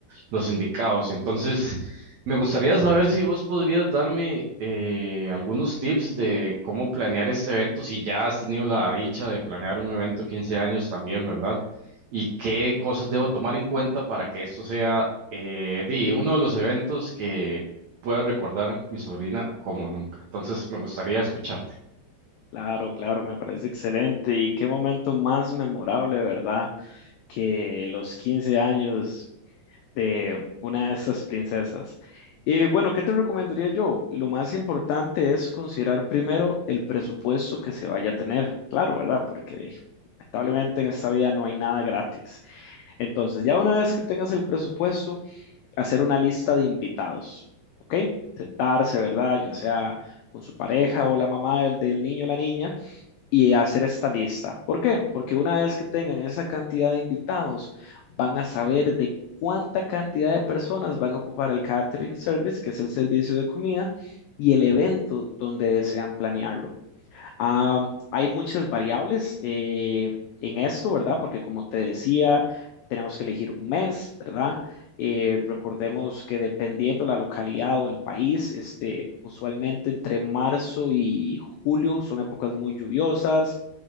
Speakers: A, on the right; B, on the left.
A: los indicados. Entonces, me gustaría saber si vos podrías darme eh, algunos tips de cómo planear este evento, si ya has tenido la dicha de planear un evento 15 años también, ¿verdad? Y qué cosas debo tomar en cuenta para que esto sea eh, di, uno de los eventos que pueda recordar mi sobrina como nunca. Entonces, me gustaría escucharte.
B: Claro, claro, me parece excelente. Y qué momento más memorable, ¿verdad? Que los 15 años de una de estas princesas. Y bueno, ¿qué te recomendaría yo? Lo más importante es considerar primero el presupuesto que se vaya a tener. Claro, ¿verdad? Porque eh, lamentablemente en esta vida no hay nada gratis. Entonces, ya una vez que tengas el presupuesto, hacer una lista de invitados, ¿ok? Sentarse, ¿verdad? Ya sea con su pareja o la mamá del, del niño o la niña y hacer esta lista. ¿Por qué? Porque una vez que tengan esa cantidad de invitados, van a saber de cuánta cantidad de personas van a ocupar el catering service, que es el servicio de comida, y el evento donde desean planearlo, Ah, hay muchas variables eh, en esto, ¿verdad? Porque como te decía, tenemos que elegir un mes, ¿verdad? Eh, recordemos que dependiendo la localidad o el país, este, usualmente entre marzo y julio son épocas muy lluviosas.